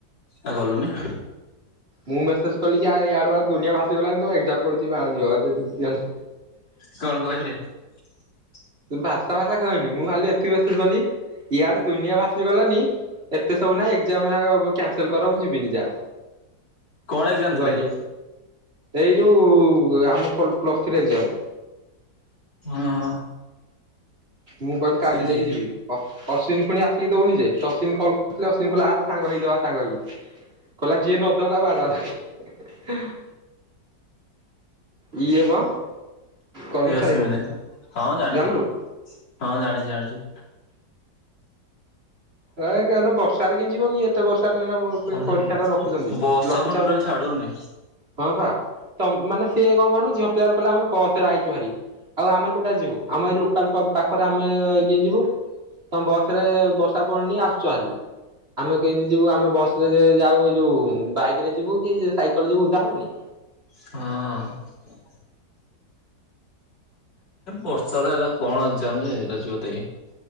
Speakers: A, on the left (about 75°); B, on the right (about 35°).
A: ଆଉ ଗାଲୁନି?
B: ମୁଁ ମେସେଜ କଲି କି ଇଆଡ଼େ ଵା ଦୁନିଆ ଭାସିଗଲାଣି ତମେ ଏକ୍ସଜାମ ପଡିଯିବା ଆଉଜିିବ <inaudible>
A: କଣ <unintelligible>
B: ମୁଁ ଭାଷା ଭାଷା କହିନି ମୁଁ ଖାଲି ଏତିକି ମେସେଜ କଲି ଇଆଡେ ଦୁନିଆ ଭାଷି ଗଲାନି? ଏତେ ସବୁ ନାହିଁ ଏକ୍ଜାମ କ୍ୟାନସଲ କର ମୁଁ ଯିବିନି ଯା।
A: କଣ ଏକ୍ଜାମ ଥିଲା
B: ଗଲି
A: କି?
B: ଏଇ ଯୋଉ ଆମ ପ୍ଲସ୍ ଥ୍ରୀ ଏକ୍ଜାମ।
A: ହଁ।
B: ମୁଁ କହିଲି କାଲି
A: ସେ
B: ଯାଇକି
A: ଝି
B: ଯିବି। ଅଶ୍ୱିନୀ ପୁଣି ଆସି ଦଉନି ଯେ ଅଶ୍ୱଵୀ କଲ୍ କରିଥିଲେ ଅଶ୍ୱିନୀ ଆତ ସାଙ୍ଗ ହେଇକି ଦବା। ସାଙ୍ଗ ହେଇକି କହିଲା ଯିଏ ନ ଦେବ ବାଡା ଧରିକି। କିଏ ମ କଲୁ
A: ଏ ଅସ୍ମିତା
B: ସାହିରୁ
A: ହଁ ଜାଣିଛି
B: ଜାଣିଲୁ?
A: ହଁ ଜାଣି ଜାଣି।
B: ନାଇଁ କା ବର୍ଷାରେ କେ ଯିବ କି ଇଏ। ଏତେ ବର୍ଷା ରେ
A: ବର୍ଷା
B: ପରୀକ୍ଷା ଟା ରଖୁଛନ୍ତି ଲଘୁଚା
A: ପୁଣି ଟୋଟାଲ ଛାଡୁନି
B: ହଁ ବା ତ ମାନେ ସିଏ କଣ କହିଲୁ ଝିଅ ପିଲା କହିଲେ ଆମେ ବସ୍ ରେ ଆଇଛୁ ଭାରି। ଆଉ ଆମେ କୋଉଟା ରେ ଯିବୁ ଆମ ଏଇ ଲୋକାଲ ପାଖରେ ଆମେ କେମିତି ଏ ଯିବୁ। ତମେ ବସ ରେ ବର୍ଷା ପଡୁନି ଆସୁଛ ଭାରି। ଆମେ କେମିତି ଯିବୁ ଆମେ ବସ ରେ ଯାଉ ଏଇ ଯୋଉ ବାଇକ ରେ ଯିବୁ କି ସାଇକେଲରେ ଯିବୁ ଉଧା ହବୁନି।
A: ହଁ। ବର୍ଷାରେ ହେଲା କଣ ଆମ ଯେ <inaudible> <inaudible>